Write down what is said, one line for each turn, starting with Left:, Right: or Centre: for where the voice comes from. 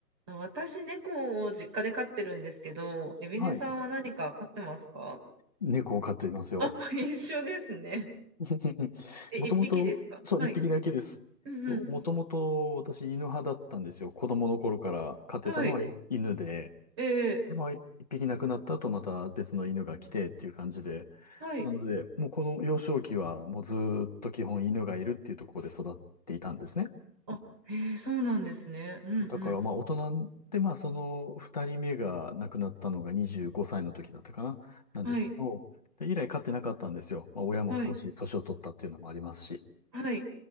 Right: 私、猫を実家で飼ってるんですけど、エビネさんは何か飼ってますか
Left: はい。猫を飼っていますよ。
Right: あ、<laughs> 一緒ですね。
Left: <laughs>
Right: え、
Left: もともと、
Right: 一匹ですかはい。
Left: そう、一匹だけです。
Right: うん
Left: もともと私犬派だったんですよ。子供の頃から飼ってたのは犬で、
Right: うん。はい。ええ
Left: で、まあ、一匹亡くなった後また別の犬が来てっていう感じで、
Right: はい。
Left: なので、もうこの幼少期はもうずーっと基本犬がいるっていうところで育っていたんですね。
Right: あ、ええそうなんですね。うんうん。
Left: そう、だからまあ大人で、まあその二人目が亡くなったのが25歳の時だったかな、なんですけど、
Right: はい。
Left: で、以来飼ってなかったんですよ。まあ親も少し年を取ったっていうのもありますし。
Right: はい。はい。